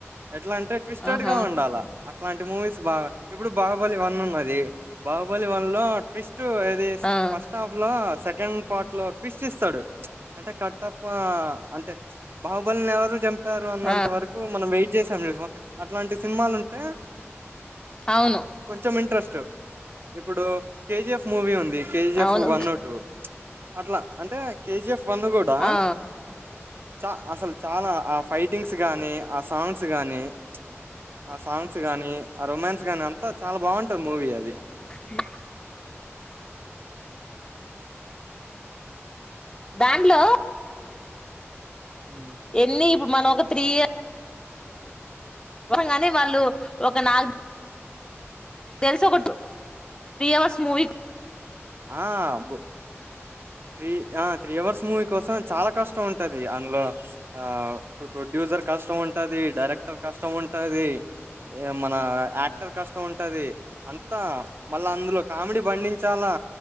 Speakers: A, on the right; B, on the left.
A: ఎట్లా అంటే ట్విస్టెడ్
B: ఆహా
A: గా ఉండాలా అట్లాంటి మూవీస్ బాగా ఇప్పుడు బా హుబలి వన్ ఉన్నది బాహు బలి వన్ లో ట్విస్ స్ట్ ఏది
B: ఆ
A: ఫస్ట్ హాఫ్ లో సెక్ కెండ్ పార్ట్ లో ట్విస్ట్ ఇస్తాడు అంటే కట్టప్ప అంటే బాహుబలిని ఎవరు చం పారు అన్నంత
B: ఆ
A: వరకు మనం వెయిట్ జేశ్యామ్ చూశావా అట్లాంటి సినిమాలు ఉంటే
B: అవును
A: కొంచెం ఇంట్రెస్ట్ టు ఇప్పుడు కేజిఎఫ్ మూవీ ఉంది కే జి ఎఫ్
B: అవును
A: వన్ టు అట్ల అంటే కేజిఎఫ్ వన్ను కూడా
B: ఆ
A: చ అసలు చాలా ఆ ఫైటింగ్స్ గాని ఆ సాంగ్స్ గానీ ఆ సాంగ్స్ గానీ ఆ రొమాన్స్ గాని అంత చాలా బాంట్ మూవీ అది
B: ఇ బ్యాంగ్లో
A: ఉమ్.
B: ఎ ఇప్పు మన ఒక త్రీ ఇయర్స్ కాని వాళ్ళు ఒక నగు తెలుస కొట్టు త్రీ అవర్స్ మూవి
A: ఆహ్ అబ్బో త్రీ ఆహ్ త్రీ అవర్స్ మూవీ కోసం చాలా కష్టం ఉంటది అందులో ఆ ఇప్పుడు ప్రొడ్యూసర్ కష్టం ఉంటది డైరెక్టర్ కష్టం ఉంటది మన యాక్టర్ కష్టం ఉంటది అంతా మళ్ళా అందులో కామెడీ పండించాలా